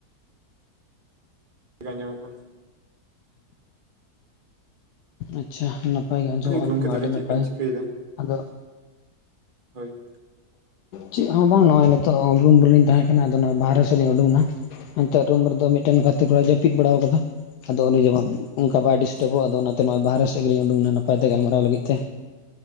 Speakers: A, on the right; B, on the left.
A: ᱟᱸᱡᱚᱢᱚᱜ ᱠᱟᱱᱟ ᱾
B: ᱟᱪᱪᱷᱟ ᱱᱟᱯᱟᱭ ᱜᱮ ᱟᱸᱡᱚᱢᱚᱜ
A: ᱦᱳᱭ
B: ᱠᱟᱱ
A: ᱜᱚᱝᱠᱮ
B: ᱠᱷᱟᱱ ᱢᱟ
A: ᱛᱟᱦᱚᱞᱮ
B: ᱟᱹᱰᱤ ᱱᱟᱯᱟᱭ
A: ᱪᱮᱫ ᱵᱤᱱ ᱪᱤᱠᱟᱹᱭᱮᱫᱟ
B: ᱟᱫᱚ
A: ᱦᱳᱭ
B: ᱪᱮᱫ ᱦᱚᱸ ᱵᱟᱝ ᱱᱚᱜᱼᱚᱭ ᱱᱤᱛᱚᱜ ᱨᱩᱢ ᱨᱮᱞᱤᱧ ᱛᱟᱦᱮᱸ ᱠᱟᱱᱟ ᱟᱫᱚ ᱱᱚᱜᱼᱚᱭ ᱵᱟᱦᱨᱮ ᱥᱮᱫ ᱞᱤᱧ ᱩᱰᱩᱠᱱᱟ ᱾ ᱮᱱᱛᱮ ᱨᱩᱢ ᱨᱮᱫᱚ ᱢᱤᱫᱴᱮᱱ ᱜᱟᱛᱮ ᱠᱚᱲᱟᱭ ᱡᱟᱹᱯᱤᱫ ᱵᱟᱲᱟᱣ ᱠᱟᱫᱟ ᱟᱫᱚ ᱩᱱᱤ ᱡᱮᱢᱚᱱ ᱚᱱᱠᱟ ᱵᱟᱭ ᱰᱤᱥ ᱴᱟᱯᱚᱜ
A: ᱦᱳᱭ
B: ᱟᱫᱚ ᱚᱱᱟᱛᱮ ᱱᱚᱜ-ᱚᱭ ᱵᱟᱦᱨᱮ ᱥᱮᱫ ᱜᱮᱞᱤᱧ ᱩᱰᱩᱠᱱᱟ ᱱᱟᱯᱟᱭ ᱛᱮ ᱜᱟᱞᱢᱟᱨᱟᱣ ᱞᱟᱹᱜᱤᱫ ᱛᱮ